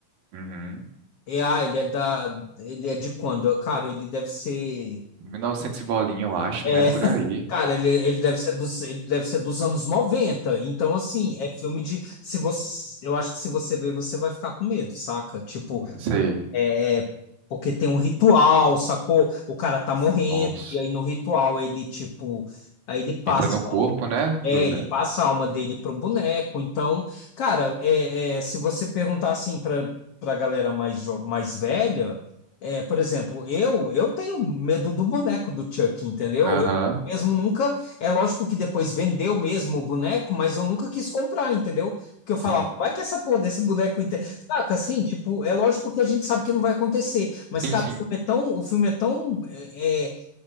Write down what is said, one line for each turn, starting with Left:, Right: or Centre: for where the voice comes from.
Right: Uhum.
Left: É, ah, ele é da, ele é de quando? Cara, ele deve ser
Right: 1900 e novecentos e bolinha, eu acho,
Left: é,
Right: né? Por aí.
Left: Cara, ele, ele deve ser dos, ele deve ser dos anos 90. Então, assim, é filme de. Se você, eu acho que se você ver, você vai ficar com medo, saca? Tipo,
Right: Não sei.
Left: é, porque tem um ritual, sacou? O cara tá morrendo,
Right: Nossa.
Left: e aí no ritual ele, tipo, aí ele passa,
Right: Entra no corpo,
Left: a alma
Right: né?
Left: dele- é,
Right: Do... da-
Left: ele passa a alma dele pro boneco. Então, cara, é, é, se você perguntar assim pra, pra galera mais, jo- mais velha, é, por exemplo, eu, eu tenho medo do boneco do Chuck, entendeu?
Right: Aham.
Left: Eu mesmo nunca, é lógico que depois vendeu mesmo o boneco, mas eu nunca quis comprar, entendeu? Porque eu
Right: Sim.
Left: falava, vai que essa porra desse boneco. Saca, assim, tipo, é lógico que a gente sabe que não vai acontecer, mas,
Right: Sim,
Left: cara,
Right: sim.
Left: o filme é tão, o filme é tão, é, é,